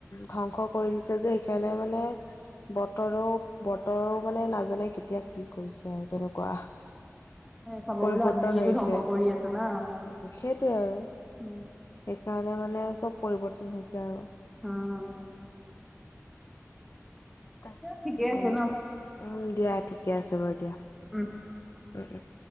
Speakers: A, on the left (about 60°); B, in the centre.
A: ধ্বংস কৰি দিছে যে সেইকাৰণে মানে বতৰো-বতৰো মানে নাজানে- কেতিয়া কি কৰিছে আৰু তেনেকুৱা।
B: চাব
A: পৰিৱৰ্তন
B: গ'লে আমিয়েতো
A: হৈছে,
B: ধ্বংস কৰি আছো না
A: উমঁ' সেইটোৱে আৰু। সেইকাৰণে
B: উম
A: মানে চব পৰিৱৰ্তন হৈছে আৰু।
B: অঁ'।
A: তা কে
B: ঠিকে
A: কি
B: আছে
A: নো
B: ন
A: কয়, উমঁ' দিয়া ঠিকে আছে বাৰু দিয়া।
B: উমঁ।
A: উম-উম।